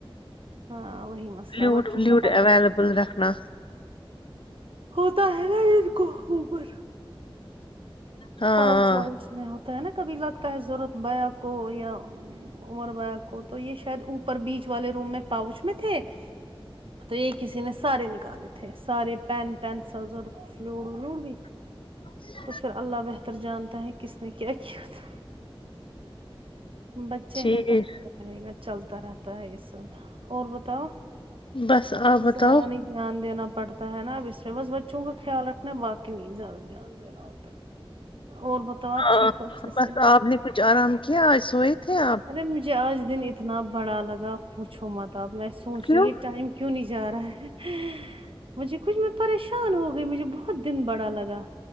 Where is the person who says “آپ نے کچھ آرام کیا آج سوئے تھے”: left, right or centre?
Left